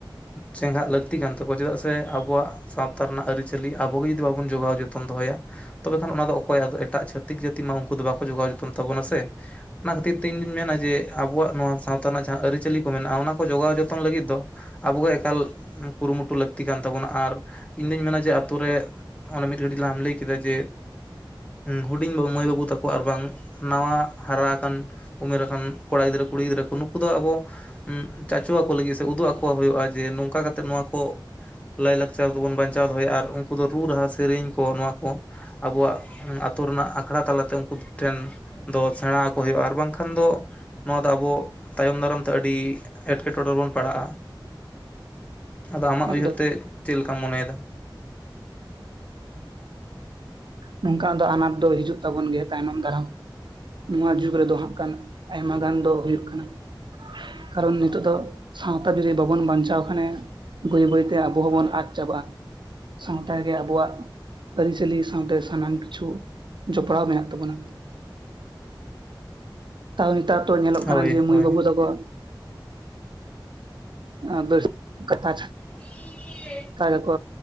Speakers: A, on the left; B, on the right.
A: ᱪᱮᱸᱜᱷᱟᱜ ᱞᱟᱹᱠᱛᱤ ᱠᱟᱱ ᱛᱟᱠᱚᱣᱟ ᱪᱮᱫᱟᱜ ᱥᱮ ᱟᱵᱚᱣᱟᱜ ᱥᱟᱶᱛᱟ ᱨᱮᱱᱟᱜ ᱟᱹᱨᱤᱪᱟᱹᱞᱤ ᱟᱵᱚᱮ ᱡᱩᱚᱫᱤ ᱵᱟᱵᱚᱱ ᱡᱚᱜᱟᱣ ᱡᱚᱛᱚᱱ ᱫᱚᱦᱚᱭᱟ ᱛᱚᱵᱮ ᱠᱷᱟᱱ ᱚᱱᱟ ᱫᱚ ᱚᱠᱚᱭᱟᱜ ᱮᱴᱟᱜ ᱪᱷᱟᱹᱛᱤᱠ ᱡᱟᱹᱛᱤ ᱢᱟ ᱩᱱᱠᱩ ᱫᱚ ᱵᱟᱠᱚ ᱡᱚᱜᱟᱣ ᱡᱚᱛᱚᱱ ᱛᱟᱵᱚᱱᱟ ᱥᱮ ᱚᱱᱟ ᱠᱷᱟᱹᱛᱤᱨ ᱛᱮ ᱤᱧᱫᱩᱧ ᱢᱮᱱᱟ ᱡᱮ ᱟᱵᱚᱣᱟᱜ ᱱᱚᱣᱟ ᱥᱟᱶᱛᱟ ᱨᱮᱱᱟᱜ ᱡᱟᱦᱟᱸ ᱟᱹᱨᱤᱪᱟᱹᱞᱤ ᱠᱚ ᱢᱮᱱᱟᱜᱼᱟ ᱚᱱᱟ ᱠᱚ ᱡᱚᱜᱟᱣ ᱡᱚᱛᱚᱱ ᱞᱟᱹᱜᱤᱫ ᱫᱚ ᱟᱵᱚᱜᱮ ᱮᱠᱟᱞ ᱠᱩᱨᱩᱢᱩᱴᱩ ᱞᱟᱹᱠᱛᱤ ᱠᱟᱱ ᱛᱟᱵᱚᱱᱟ ᱟᱨ ᱤᱧ ᱫᱩᱧ ᱢᱮᱱᱟ ᱡᱮ ᱟᱛᱩᱨ ᱨᱮ ᱚᱱᱟ ᱢᱤᱫ ᱜᱷᱟᱹᱲᱤᱡ ᱞ ᱮᱢ ᱞᱟᱹᱭ ᱠᱮᱫᱟ ᱡᱮ ᱦᱩᱰᱤᱧ ᱢᱟᱹᱭ ᱵᱟᱹᱵᱩ ᱛᱟᱠᱚ ᱟᱨ ᱵᱟᱝ ᱱᱟᱣᱟ ᱦᱟᱨᱟ ᱟᱠᱟᱱ ᱩᱢᱮᱨ ᱟᱠᱟᱱ ᱠᱚᱲᱟ ᱜᱤᱫᱽᱨᱟᱹ ᱠᱩᱲᱤ ᱜᱤᱫᱽᱨᱟᱹ ᱠᱚ ᱱᱩᱠᱩ ᱫᱚ ᱟᱵᱚ ᱪᱟᱪᱚᱣᱟ ᱠᱚ ᱞᱟᱹᱜᱤᱫ ᱥᱮ ᱩᱫᱩᱜ ᱟᱠᱚ ᱦᱩᱭᱩᱜᱼᱟ ᱡᱮ ᱱᱚᱝᱠᱟ ᱠᱟᱛᱮᱜ ᱱᱚᱣᱟ ᱠᱚ ᱞᱟᱭᱼᱞᱟᱠᱪᱟᱨ ᱠᱚᱵᱚᱱ ᱵᱟᱧᱪᱟᱣ ᱫᱚᱦᱚᱭᱟ ᱟᱨ ᱩᱱᱠᱩ ᱫᱚ ᱨᱩ ᱨᱟᱦᱟ ᱥᱮᱨᱮᱧ ᱠᱚ ᱱᱚᱣᱟ ᱠᱚ᱾ ᱟᱵᱚᱣᱟᱜ ᱟᱹᱛᱳ ᱨᱮᱱᱟᱜ ᱟᱠᱷᱲᱟ ᱛᱟᱞᱟᱛᱮ ᱩᱱᱠᱩ ᱴᱷᱮᱱ ᱫᱚ ᱥᱮᱬᱟ ᱟᱠᱚ ᱦᱩᱭᱩᱜᱼᱟ ᱟᱨ ᱵᱟᱝᱠᱷᱟᱱ ᱫᱚ ᱱᱚᱣᱟ ᱫᱚ ᱟᱵᱚ ᱛᱟᱭᱚᱢ ᱫᱟᱨᱟᱢ ᱛᱮ, ᱟᱹᱰᱤ ᱮᱸᱴᱠᱮᱴᱚᱬᱮ ᱨᱮ ᱵᱚᱱ ᱯᱟᱲᱟᱜᱼᱟ᱾ ᱟᱫᱚ ᱟᱢᱟᱜ
B: ᱮᱠᱫᱚᱢ
A: ᱩᱭᱦᱟᱹᱨ ᱛᱮ ᱪᱮᱫ ᱞᱮᱠᱟᱢ ᱢᱚᱱᱮᱭᱫᱟ?
B: ᱱᱚᱝᱠᱟ ᱟᱫᱚ ᱟᱱᱟᱴ ᱫᱚ ᱦᱤᱡᱩᱜ ᱛᱟᱵᱚᱱ ᱜᱮᱭᱟ ᱛᱟᱭᱱᱚᱢ ᱫᱟᱨᱟᱢ᱾ ᱱᱚᱣᱟ ᱡᱩᱜᱽ ᱨᱮᱫᱚ ᱦᱟᱜ ᱠᱟᱱᱟ ᱟᱭᱢᱟ ᱜᱟᱱ ᱫᱚ ᱦᱩᱭᱩᱜ ᱠᱟᱱᱟ᱾ ᱠᱟᱨᱚᱱ ᱱᱤᱛᱚᱜ ᱫᱚ ᱥᱟᱶᱛᱟ ᱡᱩᱫᱤ ᱵᱟᱵᱚᱱ ᱵᱟᱧᱪᱟᱣ ᱠᱷᱟᱱᱮ ᱵᱟᱹᱭ ᱵᱟᱹᱭᱛᱮ ᱟᱵᱚ ᱦᱚᱸᱵᱚᱱ ᱟᱫ ᱪᱟᱵᱟᱜᱼᱟ᱾ ᱥᱟᱶᱛᱟ ᱜᱮ ᱟᱵᱚᱣᱟᱜ ᱟᱹᱨᱤᱪᱟᱹᱞᱤ ᱥᱟᱶᱛᱮ ᱥᱟᱱᱟᱢ ᱠᱤᱪᱷᱩ ᱡᱚᱯᱲᱟᱣ ᱢᱮᱱᱟᱜ ᱛᱟᱵᱚᱱᱟ᱾ ᱛᱟᱣ ᱱᱮᱛᱟᱨ ᱫᱚ ᱧᱮᱞᱚᱜ
A: ᱦᱳᱭ
B: ᱠᱟᱱᱟ ᱡᱮ ᱢᱟᱹᱭ
A: ᱦᱳᱭ
B: ᱵᱟᱹᱵᱩ ᱛᱟᱠᱚ <unintelligible> ᱟ ᱵᱮᱥ ᱠᱟᱛᱷᱟ
A: ᱦ ᱴᱷᱤᱠ <inaudible> <unintelligible>
B: <unintelligible> ᱜᱮᱠᱚ